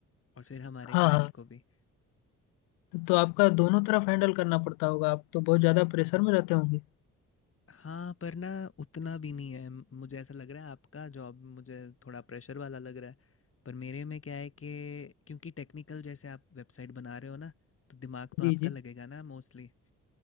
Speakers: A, on the left; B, on the left.
A: और फिर हमारे
B: हाँ
A: क्लाइंट
B: हाँ
A: को भी
B: तो आपका दोनों तरफ हैंडल करना पड़ता होगा आप तो बहुत ज्यादा प्रेशर में रहते होंगे
A: हाँ पर ना उतना भी नहीं है म- मुझे ऐसा लग रहा है आपका जॉब मुझे थोड़ा प्रेशर वाला लग रहा है पर मेरे में क्या है कि क्योंकि टेक्निकल जैसे आप वेबसाइट बना रहे हो ना तो दिमाग तो
B: जी
A: आपका
B: जी
A: लगेगा ना मोस्टली